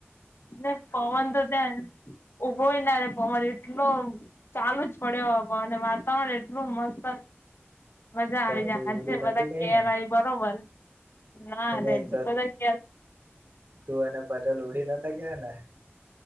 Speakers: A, on the left; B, on the right.
A: નને પવન તો ત્યા ઉભોય ના રે પવાન એટલો ચાલુ જ પડ્યો વાતાવરણ એટલું મસ્ત મજા આવી
B: તો
A: જાય
B: તું ઉડી
A: હજે
B: નથી
A: બધા
B: ગઈ
A: કેર
B: ને
A: આવી બરોબર નાા
B: એને
A: અરે
B: તો
A: બધા્યા
B: તું અને પટેલ ઉડી નતા ગયા ને